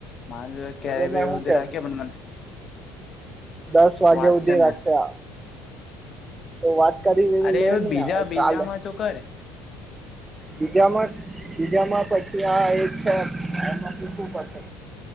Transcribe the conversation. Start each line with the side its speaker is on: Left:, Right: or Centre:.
Left: મા
Right: અરે મેં હું
Left: <unintelligible>
Right: કેમ
Left: રાખે મને.
Right: દસ વાગે
Left: વાત
Right: સુધી
Left: કર
Right: રાખશે
Left: ને
Right: આ. તો વાત કરી. લે
Left: અરે
Right: નહી
Left: બીજા
Right: આવે
Left: બીજા
Right: કાલે
Left: માં તો કર.
Right: બીજામાં બીજામાં પછી આ એક છે આમાં પૂછવું પડશે.